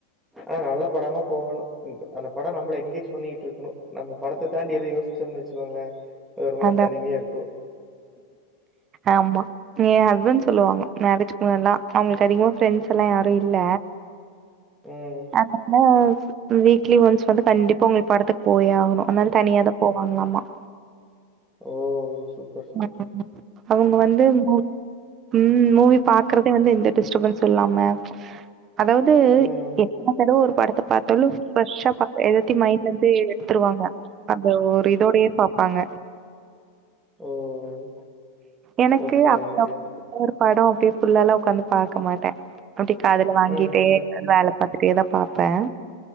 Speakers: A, in the centre; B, on the right.
A: அ நல்ல படமா போகணு அந்த படோ நம்பள என்கேஜ் பண்ணிட்ருக்கணு நம்ம படத்த தாண்டி எது யோசிச்சோன் வெச்சுக்கோங்ளே ஒருமாரி
B: அதா
A: தனிமையா இருக்கு
B: ஆமா எ ஹஸ்பண்ட் சொல்லுவாங்க
A: ம்
B: மேரேஜ் முன்னெல்லா அவுங்களுக்கு அதிகமா பிரெண்ட்ஸ் எல்லா யாரு இல்ல
A: ம்.
B: அதனால வீக்லி ஒன்ஸ் வந்து கண்டிப்பா அவுங்களுக் படத்துக் போயே ஆகணு அதனால தனியாதா போவாங்ளாமா <inaudible>
A: ஓ ஓ
B: <inaudible> அவுங்க வந்து மு ம் மூவி
A: ம்
B: பாக்குற வந்து எந்த டிஸ்டபென்ஸ்சு இல்லாம அதாது
A: ம்
B: எத்தன தடவ ஒரு படத்த பாத்தாலு ஃபிரஷ்ஷா‌‌ பாக் எல்லாத்தியு மைண்ட்ல இருந்து எடுத்துருவாங்க அந்த ஒரு இதோடையே பாப்பாங்க
A: ஓ
B: எனக்கு
A: ஓகே
B: அப்
A: ஓகே.
B: அப் ஒரு படோ அப்டியே ஃபுல்லாலா ஒக்காந்து பாக்க மாட்டே அப்டியே காதுல வாங்கிட்டே
A: ம்.
B: வேல பாத்துட்டேதா பாப்பே